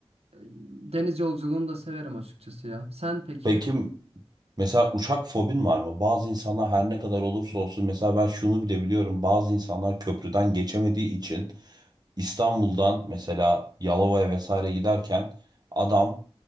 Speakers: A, on the right (about 80°); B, on the right (about 40°).
A: e, deniz yolculuğunu da severim açıkçası ya. Sen peki?
B: Peki Mesela uçak fobin var mı? Bazı insanlar her ne kadar olursa olsun mesela ben şunu bile biliyorum. Bazı insanlar köprüden geçemediği için İstanbul'dan mesela Yalova'ya vesaire giderken adam